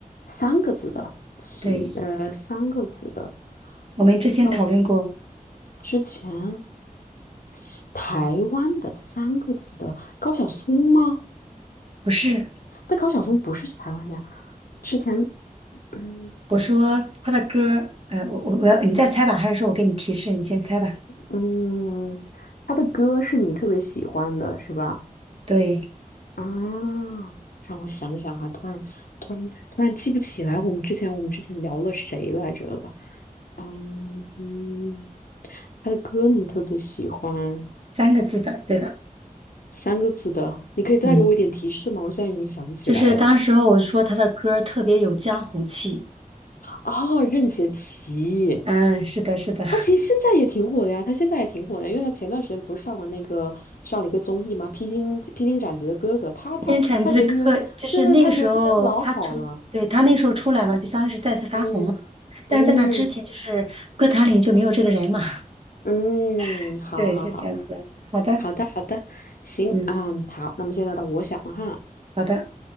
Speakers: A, on the left; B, on the right.
A: 三个字的齐，
B: 对，
A: 呃，三个字的
B: 我们之前讨论过，
A: 比较之前西台湾的三个字的高晓松吗？
B: 不是，
A: 但高晓松不是台湾的呀。之前，嗯
B: 我说他的歌，呃，我我我要你再猜吧，还是说我给你提示，你先猜吧？
A: 嗯，他的歌是你特别喜欢的，是吧？
B: 对，
A: 啊，让我想想哈、突然突然突然记不起来，我们之前我们之前聊了谁来着了？嗯嗯，他的歌你特别喜欢，
B: 三个字的，对的，
A: 三个字的，你可以再给我一点提示吗？
B: 嗯。
A: 我现在有点想不起来了。
B: 就是当时候我说他的歌儿特别有江湖气，
A: 哦，任贤齐，
B: 嗯，是的，是的，
A: 他其实现在也挺火的呀，他现在也挺火的，因为他前段时间不是上了那个上了一个综艺吗？披荆披荆斩棘的哥哥，他他他人缘，
B: 任产基的歌就是那个时候他出，
A: 对对，他人缘老好了。
B: 对，他那时候出来嘛，就相当于是再次发红嘛，
A: 嗯
B: 但是在那之前就是歌坛里就没有这个人嘛，
A: 嗯嗯，
B: <laughs>
A: 好好好，
B: 对，是这样子的。好的，
A: 好的好的，行啊，
B: 嗯，
A: 嗯，好，那么现在到我想了哈。
B: 好的，